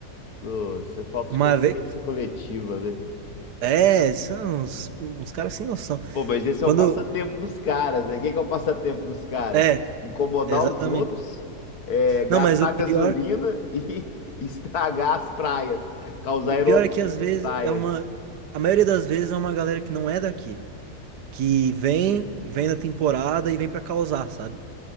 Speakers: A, on the left (about 70°); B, on the right (about 85°).
A: nossa, é falta
B: Uma
A: de consciência
B: vez.
A: coletiva, né?
B: É, são uns, uns caras sem noção.
A: Pô, mas esse
B: Quando.
A: é o passatempo dos caras, né? Quem que é o passatempo dos caras?
B: É,
A: Incomodar
B: exatamente.
A: os outros, é, gastar
B: Não, mas o
A: gasolina
B: pior,
A: e <laughs> estragar as praias, causar
B: o pior
A: erosão
B: é que às vezes
A: nas praias.
B: é uma. A maioria das vezes é uma galera que não é daqui. Que vem, vem na temporada e vem pra causar, sabe?